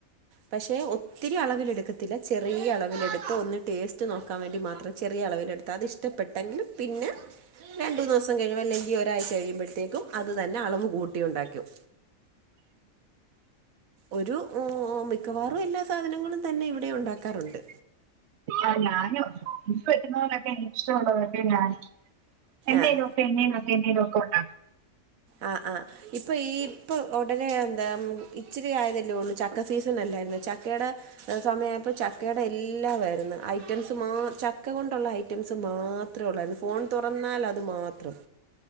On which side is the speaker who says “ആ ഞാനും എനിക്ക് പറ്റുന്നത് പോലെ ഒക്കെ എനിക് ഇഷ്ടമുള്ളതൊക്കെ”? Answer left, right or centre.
Right